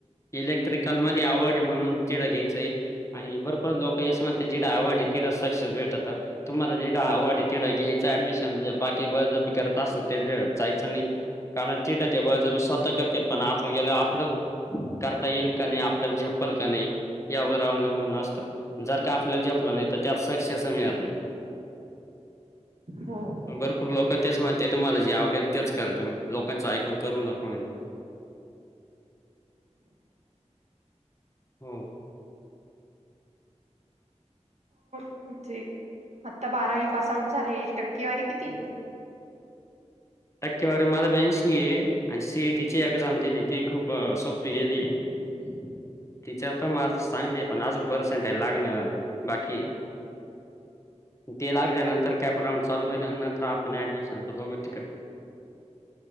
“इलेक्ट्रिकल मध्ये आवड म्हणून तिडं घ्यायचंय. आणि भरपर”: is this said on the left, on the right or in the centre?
Left